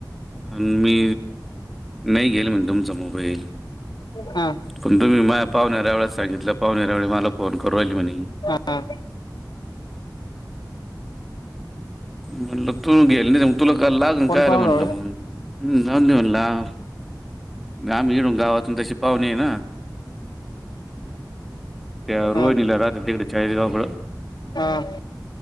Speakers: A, in the centre; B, on the left.
A: मी नाही गेल म्हण तुमसमोर हो
B: हा
A: पण तुम्ही मा पाहुणेऱ्या वेस सांगितलं पाहणे या्यावेळी मला फोन करवाल म्हणे.
B: हां.
A: म्हटलं तू गेल नाही मग तुला काल लाग
B: कोण
A: काय
B: पाहुणा
A: र म्हटलं
B: रावळे
A: मग हम्म ंदवला <unintelligible> गम मिडून गावातून तशी पाहणे आहे ना. त्या रोहिनला
B: हा
A: राात्री तकड यले गळ
B: हा